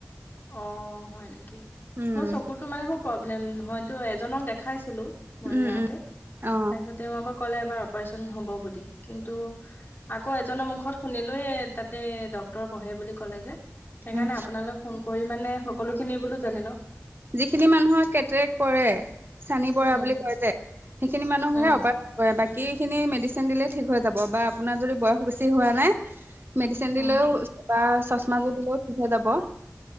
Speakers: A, on the left; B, on the right.
A: অ হয় নেকি?
B: উম
A: মোৰ চকুতো মানে খুব প্ৰবলেম, হয়তো এজনক দেখাইছিলো। মৰিগাঁওতে,
B: উম উম অ
A: তাৰপিছত তেওঁ আকৌ ক'লে এবাৰ অপাৰেচন হ'ব বুলি। কিন্তু আকৌ এজনৰ মুখত শুনিলো তাতে ডক্তৰ বহে বুলি ক'লে যে। সেইকাৰণে
B: উম
A: আপোনালোক ফোন কৰি মানে সকলো খিনি বোলো জানি লওঁ।
B: যিখিনি মানুহৰ কেটেৰেক পৰে চানি পৰা
A: উম
B: বুলি কয় যে সেইখিনি মানুহক
A: উম
B: হে অপাৰেশ্যন কৰে বা কি খিনি মেডিচিন দিলেই ঠিক হৈ যাব বা আপোনাৰ যদি বয়স বেছি হোৱা নাই মেডিচিন
A: উম
B: দিলেও বা চচমাযোৰ দিলেও ঠিক হৈ যাব।